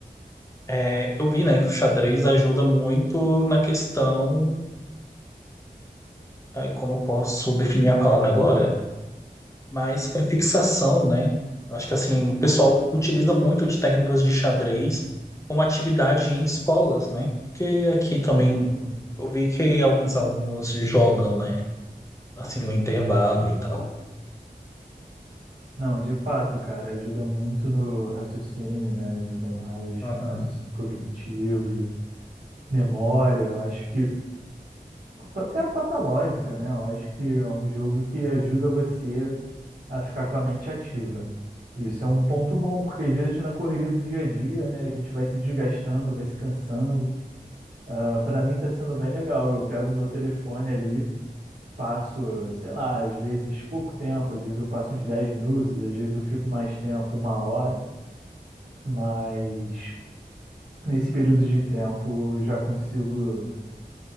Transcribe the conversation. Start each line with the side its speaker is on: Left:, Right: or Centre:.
Left: é, eu vi, né, que o xadrez ajuda muito na questão, aí, como eu posso definir a palavra agora? mas para fixação, né? Eu Acho que assim, o pessoal utiliza muito de técnicas de xadrez como atividade em escolas, né? Porque aqui também
Right: Sim, sim.
Left: eu vi que alguns alunos jogam, né? Assim, no intervalo e tal.
Right: Não, de fato, cara, ajuda muito no raciocínio, né, e tudo mais,
Left: Aham.
Right: no raciocínio cognitivo e memória, eu acho que, até a própria lógica, né, eu acho que é um jogo que ajuda você a ficar com a mente ativa. Isso é um ponto bom, porque às vezes na correria do dia a dia, né, a gente vai se desgastando, vai se cansando. Ah, para mim tá sendo bem legal, eu pego o meu telefone ali, Passo, sei lá, às vezes pouco tempo, às vezes eu passo uns 10 minutos, às vezes eu fico mais tempo, uma hora, mas nesse período de tempo eu já consigo,